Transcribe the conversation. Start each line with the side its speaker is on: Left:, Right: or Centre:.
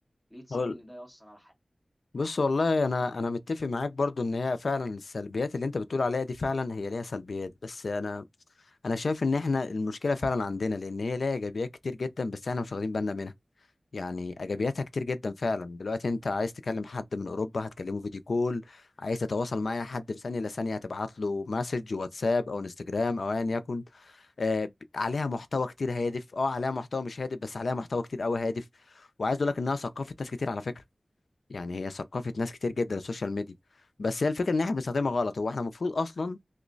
Centre: ليه تسيب
Left: هقول
Centre: ان ده ياثر على
Left: بص والله انا انا متفق معاك برضو ان هي فعلا السلبيات اللي انت بتقول عليها دي فعلا هي ليها سلبيات بس انا انا شايف ان احنا المشكله فعلا عندنا لان هي ليها ايجابيات كتير جدا بس احنا مش واخدين بالنا منها يعني ايجابياتها كتير جدا فعلا دلوقتي انت عايز تكلم حد من اوروبا هتكلمه فيديو كول عايز تتواصل مع أي حد في ثانيه الا ثانيه هتبعت له مسج واتساب او انستجرام او ايا يكن آه، ب- عليها محتوى كتير هادف اه عليها محتوى مش هادف بس عليها محتوى كتير قوي هادف وعايز اقول لك انها ثقافه ناس كتير على فكره يعني هي ثقافه ناس كتير جدا السوشيال ميديا بس هي الفكره ان احنا بنستخدمها غلط هو احنا المفروض اصلا